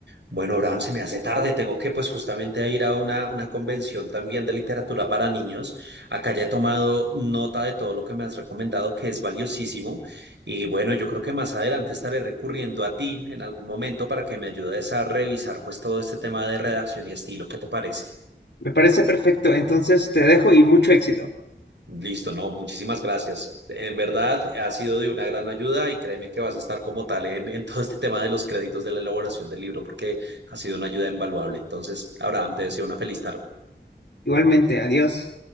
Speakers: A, on the right; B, on the left.
A: Bueno, Abraham, se me hace tarde, tengo que pues justamente ir a una, una convención también de literatura para niños. Acá ya he tomado nota de todo lo que me has recomendado, que es valiosísimo. Y bueno, yo creo que más adelante estaré recurriendo a ti en algún momento para que me ayudes a revisar pues todo este tema de redacción y estilo. ¿Qué te parece?
B: Me parece perfecto, entonces te dejo y mucho éxito.
A: Listo, no, muchísimas gracias. En verdad, ha sido de una gran ayuda y créeme que vas a estar como tal en, en todo este tema de los créditos de la elaboración del libro porque ha sido una ayuda invaluable. Entonces, Abraham, te deseo una feliz tarde.
B: Igualmente, adiós.